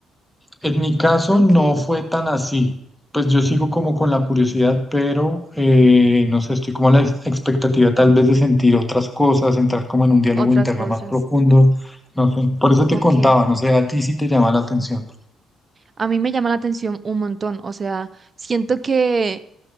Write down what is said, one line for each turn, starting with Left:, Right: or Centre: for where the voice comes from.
Centre: En mi caso
Right: ok,
Centre: no fue tan así. Pues yo sigo como con la curiosidad, pero eh, no sé, estoy como a la ex- expectativa tal vez de sentir otras cosas, entrar como en un diálogo
Right: otras
Centre: interno
Right: cosas,
Centre: más profundo. No sé, por eso te
Right: ok.
Centre: contaba, no sé, a ti sí te llama la atención.
Right: A mí me llama la atención un montón, o sea, siento que,